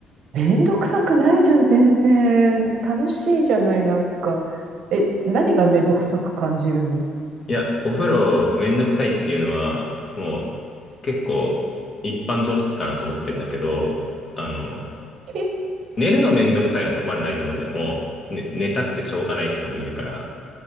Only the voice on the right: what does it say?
めんどくさくないじゃん、全然。楽しいじゃない、なんか。え、何がめんどくさく感じるの
え